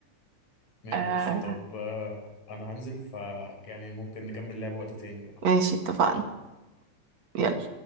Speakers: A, on the left; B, on the right.
A: ماشي
B: آه.
A: طب آه، أنا هنزل ف يعني ممكن نكمل لعب وقت تاني بقى
B: ماشي اتفقنا يلا